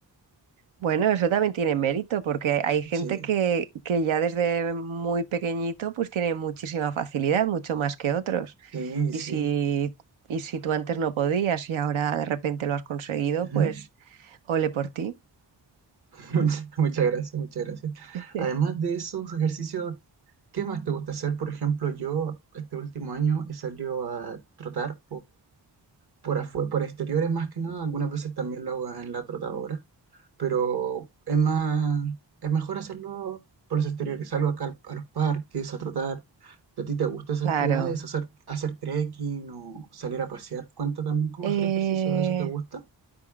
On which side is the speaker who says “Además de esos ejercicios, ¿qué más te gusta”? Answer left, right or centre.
Right